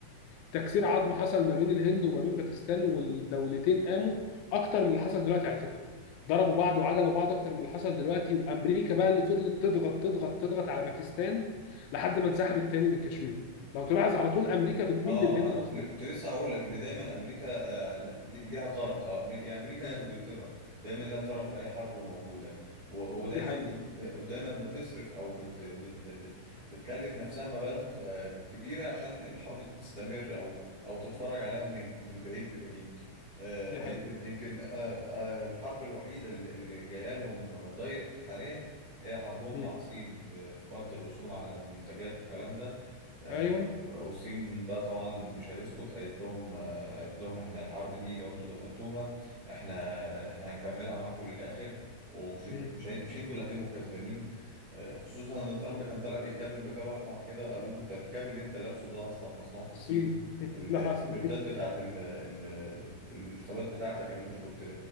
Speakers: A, on the left; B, on the right.
A: تكسير عظم حصل ما بين الهند وما بين باكستان والدولتين قاموا اكتر من اللي حصل دلوقتي على فكره ضربوا بعض وعجلوا بعض اكتر من اللي حصل دلوقتي وامريكا بقى اللي فضلت تضغط تضغط تضغط على باكستان لحد ما انسحبت تاني من كشمير لو تلاحظ على طول امريكا بتميل
B: اه
A: للهند
B: انا
A: اصلا
B: اللي كنت لسه هقول لك ان دايما امريكا آه، ل- ليها طرف اه أمري- يا امريكا يا
A: مم.
B: انجلترا دايما ليها طرف في اي حرب موجوده و- ودايما
A: دي حقيقه
B: بت ب- ودايما بتصرف او بت بت بت بتكلف نفسها مبالغ آه، كبيره عشان الحرب دي تستمر او او تتفرج
A: مم.
B: عليها من ال- من بعيد لبعيد آه،
A: دي حقيقه
B: يمكن يمكن آه، آه، الحرب الوحيده اللي اللي جايه لهم دايركت حاليا هي حربهم
A: مم.
B: مع الصين في في فرض الرسوم على المنتجات والكلام ده آه،
A: ايوه
B: والصين بقى طبعا مش هتسكت قالت لهم آه، قالت لهم احنا الحرب دي لو انتوا دخلتوها احنا احنا هنكملها معاكم للاخر ومش هت-
A: مم.
B: مش هي- مش انتوا اللي هتبقوا كسبانين آه، خصوصا ان ترامب كان طالع بيتكلم بكاب احمر كده وقالوا له انت الكاب اللي انت لابسه ده اصلا مصنوع في الصين
A: الصين <laughs>
B: التيشيرتات
A: ده حصل
B: بتاعت ال ال الانتخابات بتاعتك اللي انت كنت